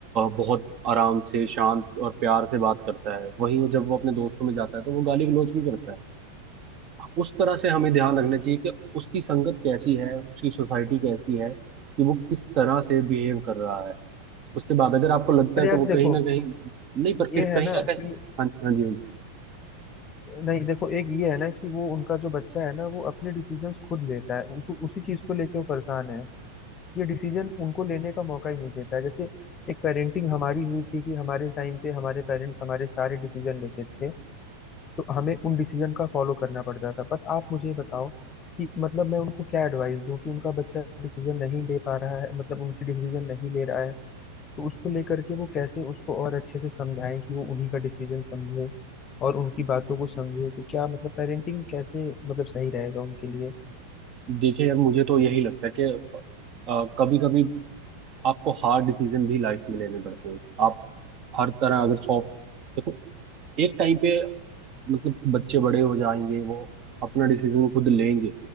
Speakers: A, on the right; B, on the left.
A: बहुत आराम से शांत और प्यार से बात करता है वहीं जब वो अपने दोस्तों में जाता है तो वो गाली गलौज भी करता है उस तरह से हमें ध्यान रखना चाहिए कि उसकी संगत कैसी है उसकी सोसाइटी कैसी है कि वो किस तरह से बिहेव कर रहा है उसके बाद अगर आपको लगता
B: पर
A: है
B: यार
A: कि वो
B: देखो
A: कहीं ना कहीं नहीं पर फिर
B: ये है
A: कहीं
B: ना
A: ना कहीं
B: कि
A: हाँ जी हाँ जी हाँ जी।
B: नहीं देखो एक ये है ना कि वो उनका जो बच्चा है ना वो अपने डिसीजंस खुद लेता है उस, उसी चीज को लेके वो परेशान है ये डिसीजन उनको लेने का मौका ही नहीं देता है जैसे एक पेरेंटिंग हमारी हुई थी कि हमारे टाइम पे हमारे पेरेंट्स हमारे सारे डिसीजन लेते थे तो हमें उन डिसीजन का फॉलो करना पड़ता था बट आप मुझे बताओ कि मतलब मैं उनको क्या एडवाइस दूं कि उनका बच्चा डिसीजन नहीं ले पा रहा है मतलब उनकी डिसीजन नहीं ले रहा है तो उसको लेकर के वो कैसे उसको और अच्छे से समझाएं कि वो उन्हीं का डिसीजन समझे और उनकी बातों को समझे तो क्या मतलब पेरेंटिंग कैसे मतलब सही रहेगा उनके लिए
A: देखिए यार मुझे तो यही लगता है कि कभी कभी आपको हार्ड डिसीजन भी लाइफ में लेने पड़ते हैं आप हर तरह अगर सॉफ्ट देखो एक टाइम पे मतलब बच्चे बड़े हो जाएंगे वो अपना डिसीजन खुद लेंगे